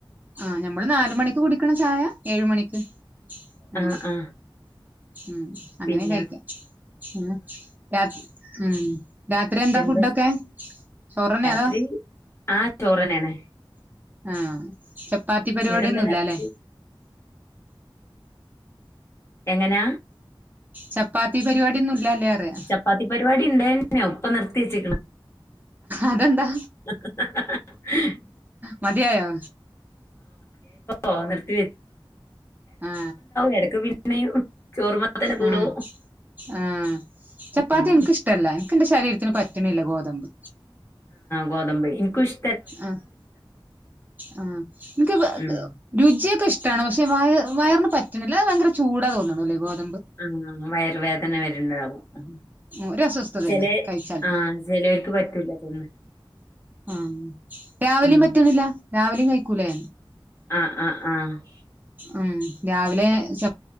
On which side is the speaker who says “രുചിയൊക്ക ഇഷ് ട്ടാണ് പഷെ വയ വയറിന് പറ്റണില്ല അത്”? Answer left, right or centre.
Right